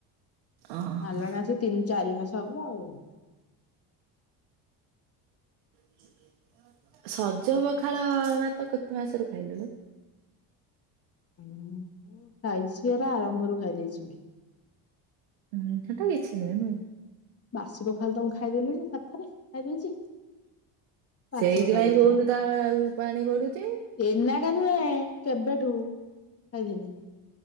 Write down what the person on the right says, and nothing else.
ଓହୋ
<inaudible> ସଜ ପଖାଳ ଭାତ କେତେ ମାସରୁ ଖାଇଲୁୁଣୁ?
ହୁଁ ହେଟା ମିଛ ନୁ ଏନୁ
ସେଇଥିପାଇଁ
କହୁନୁ ତା ପାଣି ଗଡୁଚି।